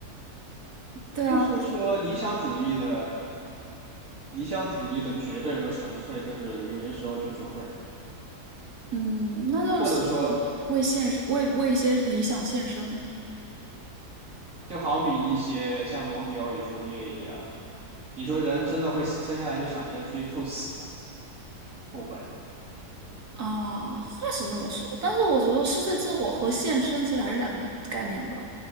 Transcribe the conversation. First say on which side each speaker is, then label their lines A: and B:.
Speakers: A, on the right; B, on the right.
A: <laughs> 对啊，
B: 就是说理想主义的理想主义的绝对和纯粹，就是有些时候就是会，
A: 嗯，那就是为为现实为为一些理想献身嘛。
B: 或者说就好比一些像罗密欧与朱丽叶一样，你说人真的会生下来就想着要去赴死吗？不会，
A: 啊，话是这么说，但是我觉得失去自我和献身其实还是两个概念吧，